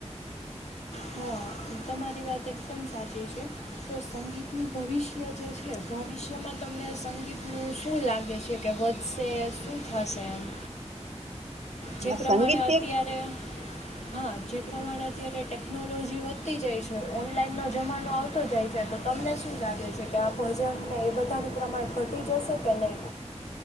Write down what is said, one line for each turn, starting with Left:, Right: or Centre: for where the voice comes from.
Left: હા તમારી વાત એકદમ સાચી છે, તો સંગીતનું ભવિષ્ય જે છે ભવિષ્યમાં તમને સંગીતનું શું લાગે છે કે વધશે શું થશે એમ? જે
Right: આ
Left: પ્રમાણે
Right: સંગીત
Left: અત્યારે
Right: એ
Left: હા જે પ્રમાણે અત્યારે ટેકનોલોજી વધ આવતી જાય છે ઓનલાઈનનો જમાનો આવતો જાય છે તો તમને શું લાગે છે કે આ ભજને એ બધાનું પ્રમાણ ઘટી જશે કે નહીં?